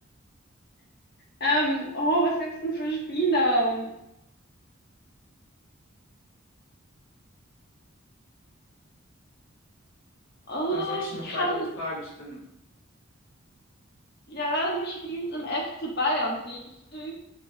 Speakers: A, on the left; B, on the left.
A: Ähm, oh, was gibt's denn für Spiele? Oh,
B: Kannst du uns
A: ich
B: noch
A: kann.
B: weitere Fragen stellen?
A: Ja, du spielst im FC Bayern, richtig?